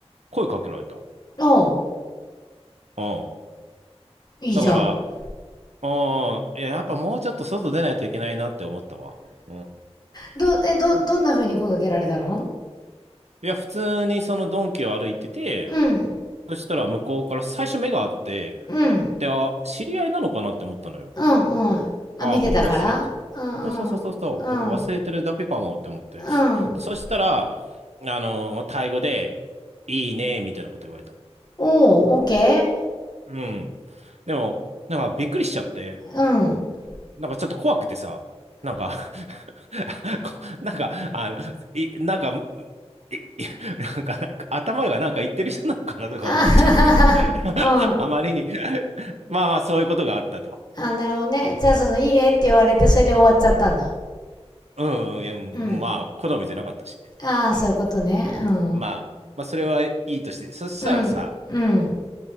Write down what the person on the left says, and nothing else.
おう。
いいじゃん。
ど、え、ど、どんな風に声かけられたの
うん。
うん。
うん。うん。あ、
見てたからうんうん。
うん。
うん。
おー、OK?
うん。
あははは
は。うん。
あ、なるほどね。じゃあその、いいねって言われて、それで終わっちゃったんだ。
うん。
ああ、
そういうことね。うん。
うん。うん。